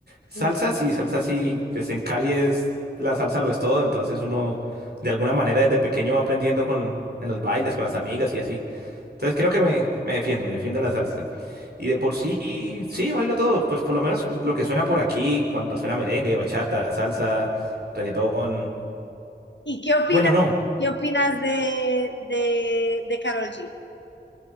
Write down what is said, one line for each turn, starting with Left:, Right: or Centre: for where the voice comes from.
Right: Salsa
Left: sí,
Right: sí, salsa sí, pues en Cali es, la salsa lo es todo, entonces uno de alguna manera desde pequeño va aprendiendo con, en los bailes, con las amigas y así. Entonces creo que me, me defiendo, me defiendo en la salsa. Y de por sí, sí, bailo todo, pues por lo menos lo que suena por aquí, cuando suena merengue, bachata, salsa, reggaetón.
Left: ¿Y qué opinas,
Right: Bueno, no,
Left: qué opinas de, de, de Karol G?